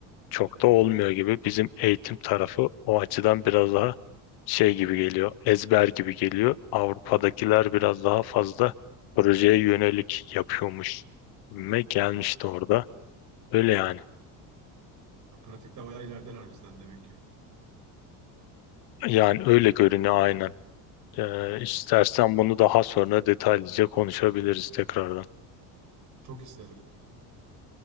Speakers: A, on the left; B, on the right.
A: çok da olmuyor gibi. Bizim eğitim tarafı o açıdan biraz daha şey gibi geliyor, ezber gibi geliyor. Avrupa'dakiler biraz daha fazla projeye yönelik yapıyormuş. Ve gelmişti orada. Öyle yani.
B: Ya pratikte bayağı ilerideler bizden demek ki.
A: Yani öyle görünüyor aynen. Ee, istersen bunu daha sonra detaylıca konuşabiliriz tekrardan.
B: Çok isterim.